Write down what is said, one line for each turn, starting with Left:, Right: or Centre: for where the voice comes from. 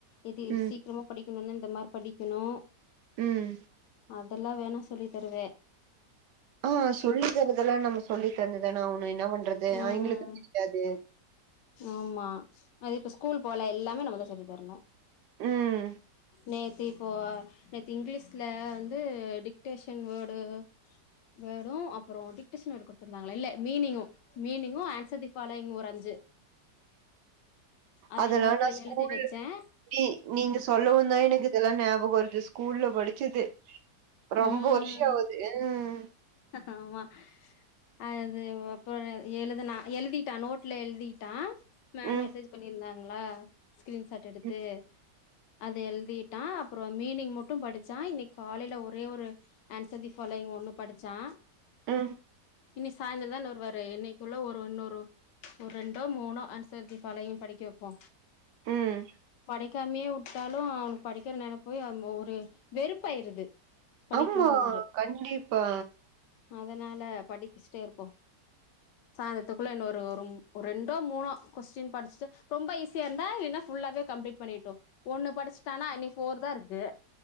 Left: இது
Right: ம்
Left: சீக்கிரமா படிக்கணுனா இந்த மார் படிக்கணு
Right: ம்
Left: அதெல்லா வேணா சொல்லித்தருவே
Right: ஆ சொல்லி தரதெல்லா நம்ம சொல்லி தந்துதான ஆவனு என்ன பண்றது
Left: ம்
Right: அவிங்களுக்கு
Left: ம்
Right: புடிக்காது
Left: ஆமா அது இப்ப ஸ்கூல் போல எல்லாமே நம்மதா சொல்லி தர்ணு
Right: ம்
Left: நேத்து இப்போ நேத்து இங்லீஸ்ல வந்து டிக்டேஷன் வேர்டு வேர்டும் அப்றோ டிக்டேஷன் வேர்டு குடுத்திருந்தாங்ளா இல்ல meaning meaning answer the following ஒரு அஞ்சு அத
Right: அதெல்லா
Left: நோட்ல
Right: நா ஸ்கூல்
Left: எழுத வெச்சேன்
Right: நீ நீங்க சொல்லவுந்தா எனக்கு இதெல்லா ஞாபகோ வருது ஸ்கூல்ல படிச்சது ரொம்ப
Left: ம்
Right: வருஷோ ஆவுது ம்
Left: ஆமா அது அப்றோ எழுதுனா எழுதீட்டா நோட்ல எழுதீட்டான் மேம்
Right: ம்
Left: மெசேஜ் பண்ணீருந்தாங்ளா ஸ்கிரீன்ஷாட் எடுத்து
Right: ம்
Left: அது எழுதிட்டான் அப்றோ மீனிங் முட்டு படுச்சான் இன்னைக் காலைல ஒரே ஒரு ஆன்சர் தி ஃபாலோயிங் ஒன்னு படிச்சான்
Right: ம்
Left: இனி சாய்ந்ரோந்தான வருவாரு இன்னைக்குள்ள ஒரு இன்னொரு ஒரு ரெண்டோ மூணோ ஆன்சர் தீ ஃபாலோயிங் படிக்க வெப்போ
Right: ம்
Left: படிக்காமியே வுட் டாலு அவனுக்கு படிக்கிற நெனப்பு போய் அங்க ஒரு வெறுப்பாயிருது படிக்கணும்ன்று
Right: ஆமா கண்டிப்பா
Left: அதனால படிக்க வெச்சுட்டே இருப்போ சாய்ந்தரத்துக்குள்ள இன்னோரு ஒரு ஒரு ரெண்டோ மூணோ கொஸ்டின் படிச்சுட்டு ரொம்ப ஈஸியா இருந்தா இல்லனா ஃபுல்லாவே கம்ப்ளீட் பண்ணிட்டோ ஒண்ணு படுச்சுட்டானா இனி ஃபோர்தா இருக்கு